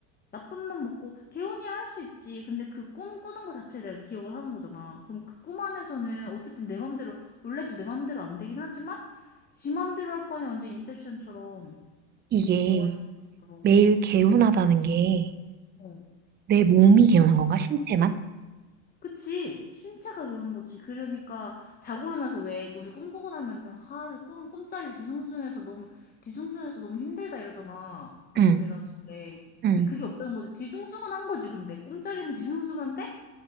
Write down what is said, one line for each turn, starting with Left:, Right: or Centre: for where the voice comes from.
Left: 나쁜맘 먹고 개운이야 할 수 있지. 근데 그 꿈 꾸는 거 자체를 내가 기억을 하는 거잖아. 그럼 그 꿈 안에서는 어쨌든 내 맘대로 원래도 내 맘대로 안 되긴 하지만 지 맘대로 할 거 아니야. 완전 인셉션처럼
Right: 이게
Left: 영화 인셉션처럼.
Right: 매일
Left: 응.
Right: 개운하다는 게
Left: 어.
Right: 내 몸이 개운한 건가? 신체만?
Left: 그치. 신체가 개우는 거지. 그러니까 자고 일어나서 왜 우리 꿈꾸고 나면은 아, 꿈 꿈자리 뒤숭숭해서 너무 뒤숭숭해서 너무 힘들다 이러잖아. 아침
Right: 응.
Left: 일어났을 때.
Right: 응.
Left: 근데 그게 없다는 거지. 뒤숭숭은 한 거지. 근데 꿈자리는 뒤숭숭한데